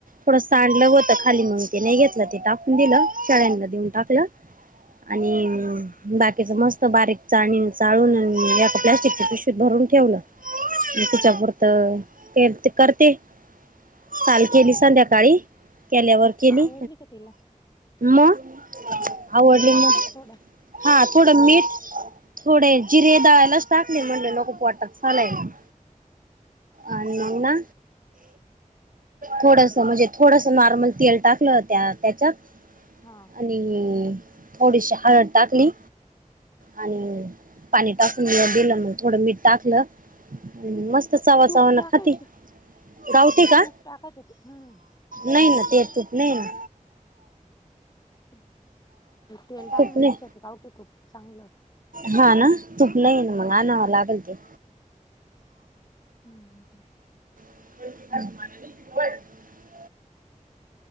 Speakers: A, on the right; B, on the left.
A: थोडं सांडलं होतं खाली मग, ते नाही घेत ल ते टाकून दिलं, शेळ्यांना देऊन टाकलं, आणि
B: हम्म
A: बाकीचं मस्त बारीक चाळणीनी चाळून, एका प्लास्टिकच्या पिशवीत भरून ठेवलं. तिच्या पुरतं ते करते. काल केली संध्याकाळी,
B: हम्म
A: केल्यावर केली.
B: आवडली का तिला
A: आ आवडली
B: मीठ टाकतात
A: मग,
B: थोडं
A: हा थोडं मीठ थोडे जिरे दळायलाच टाकले, म्हणले नको पोटात सलाईन आहे. आणि मग ना थोडसं म्हणजे, थोडसं नॉर्मल तेल टाकलं ना त्याच्यात
B: हा
A: आणि थोडीशी हळद टाकली. आणि पाणी टाकून दिलं, मग थोडं मीठ टाकलं. मस्त चवा
B: तूप
A: चावानं
B: टाकायचं
A: खाती, कावती का?
B: तूप टाकायचं तू- हम्म
A: नाही ना, ते तूप नाही ना.
B: ते तेल टाकण्यापेक्षा,
A: तूप नाही
B: ते गावटी तूप चांगलं.
A: हा ना, तूप नाही ना, मग
B: हम्म
A: आणावं लागेल ते.
B: हम हम
A: <unintelligible>